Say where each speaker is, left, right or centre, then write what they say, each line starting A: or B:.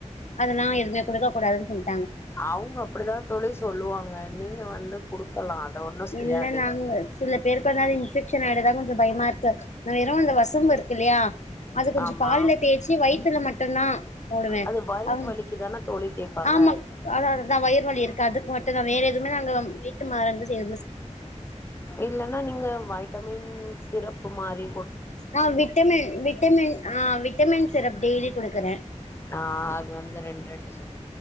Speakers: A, on the left (about 70°); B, on the left (about 20°).
A: அதெல்லா எதுமே குடுக்க போடாதுன்டு சொல்லு
B: அவங்க அப்படிதா தோழி சொல்லுவாங்க நீங்க வந்து குடுக்கலா ஒன்னு செய்யாது
A: இல்ல நாங்க சில பேருக்கு வந்து அது ன்வெக்க்ஷன் <unintelligible> ஆயிடுதா கொஞ்சு பயமா இருக்கு வெறு அந்த வசம்பு இருக் இல்லையா அது கொஞ்சு
B: ஆமா
A: பால்ல தேச்சி வயித்துல மட்டுன்தா போடுவே
B: அது வயிறு
A: அ
B: வலிக்கு தானே தோழி தேய்ப்பாங்க
A: ஆமா அது அதுதா வயிறுவழி இருக்குகாது மட்டுதா வேற எதுவுமே அங்க <unintelligible> மறந்த செய்
B: இல்லன்னா நீங்க வைட்டமின்ஸ் சிறப்பு மாறி
A: ஆ விட்டமின் விட்டமின் ஆ விட்டமின் சிரப் டெய்லி குடுக்கரே
B: ஆஹ் அது வந்து ரெண்டு ரெண்டு சொட்